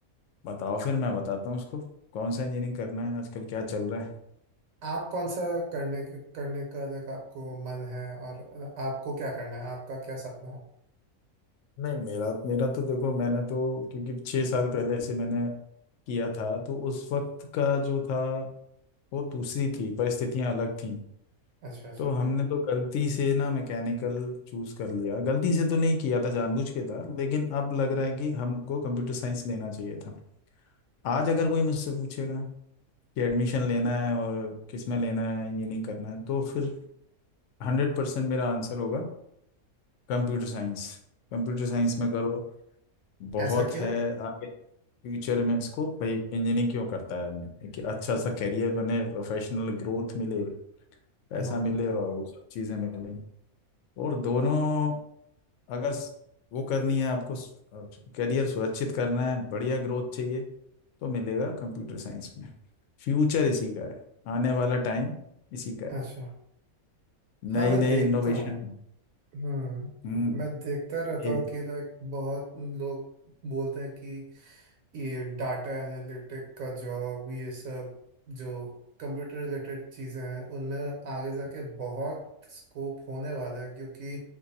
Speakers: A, on the left; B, on the right.
A: बताओ फिर मैं बताता हूँ उसको कौन सा इंजीनियरिंग करना है आजकल क्या चल रहा है
B: आप कौन सा करने करने का लाइक आपको मन है और आपको क्या करना है आपका क्या सपना है
A: नहीं मेरा मेरा तो देखो मैंने तो क्योंकि छह साल पहले से मैंने किया था तो उस वक्त का जो था वो दूसरी थी परिस्थितियां अलग थी
B: अच्छा अच्छा
A: तो हमने तो गलती से ना मैकेनिकल चूज कर लिया गलती से तो नहीं किया था जानबूझ के था लेकिन अब लग रहा है कि हमको कंप्यूटर साइंस लेना चाहिए था आज अगर कोई मुझसे पूछेगा कि एडमिशन लेना है और किस में लेना है इंजीनियरिंग करना है तो फिर हंड्रेड परसेंट मेरा आंसर होगा कंप्यूटर साइंस कंप्यूटर साइंस में करो बहुत
B: ऐसा क्यों
A: है फ्यूचर में इसको भाई इंजीनियरिंग क्यों करता है आदमी कि अच्छा सा करियर बने प्रोफेशनल ग्रोथ मिले पैसा
B: हाँ
A: मिले और वो सब चीज़ें मिले और दोनों अगर स- वो करनी है आपको करियर सुरक्षित करना है बढ़िया ग्रोथ चाहिए तो मिलेगा कंप्यूटर साइंस में फ्यूचर इसी का है आने वाला टाइम इसी का
B: अच्छा
A: है
B: हाँ
A: नई
B: मैं
A: नई
B: देखता
A: इनोवेशन
B: हूँ हम्म
A: हम्म
B: मैं देखता रहता
A: ए
B: हूँ कि लाइक बहुत लोग बोलते हैं कि ये डाटा एनालिटिक का जॉब ये सब जो कंप्यूटर रिलेटेड चीज़ें हैं उनमें आगे जाके बहुत स्कोप होने वाला है क्योंकि